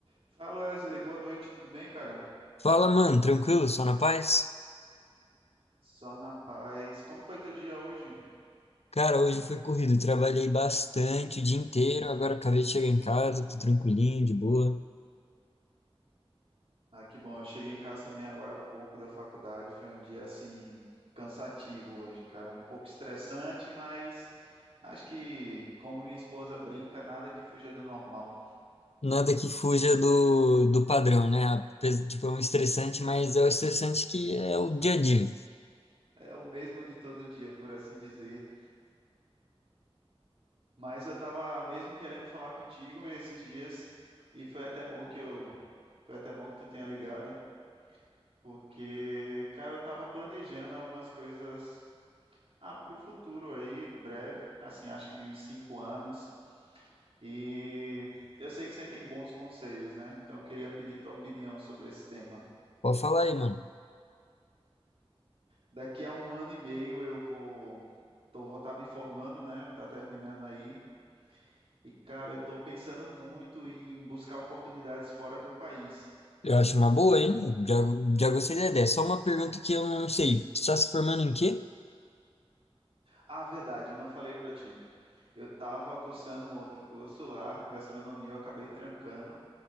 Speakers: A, on the right; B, on the left.
A: Fala Wesley, boa noite, tudo bem, cara?
B: Fala, mano, tranquilo? Só na paz?
A: Só na paz. Como foi teu dia hoje?
B: Cara, hoje foi corrido, trabalhei bastante o dia inteiro, agora acabei de chegar em casa, tô tranquilinho, de boa.
A: Ah, que bom, eu cheguei em casa também agora há pouco da faculdade, foi um dia assim cansativo hoje, cara, um pouco estressante, mas acho que como minha esposa brinca, nada que fuja do normal.
B: Nada que fuja do, do padrão, né? Apes- Tipo, é um estressante, mas é o estressante que é o dia a dia.
A: É o mesmo de todo dia, por assim dizer. Mas eu tava mesmo querendo falar contigo esses dias e foi até bom que eu foi até bom que tu tenha ligado, porque, cara, eu tava planejando algumas coisas ah, para o futuro aí, breve, assim, acho que uns cinco anos. E eu sei que você tem bons conselhos, né? Então eu queria pedir tua opinião sobre esse tema.
B: Pode falar aí, mano.
A: Daqui a um ano e meio eu vou tô, vou estar me formando, né? Tá terminando aí. E, cara, eu tô pensando muito em buscar oportunidades fora do país.
B: Eu acho uma boa, hein? Já, já gostei da ideia. Só uma pergunta que eu não sei. Você tá se formando em quê?
A: Ah, verdade, eu não falei para ti. Eu tava cursando outro curso lá, gastronomia, eu acabei trancando.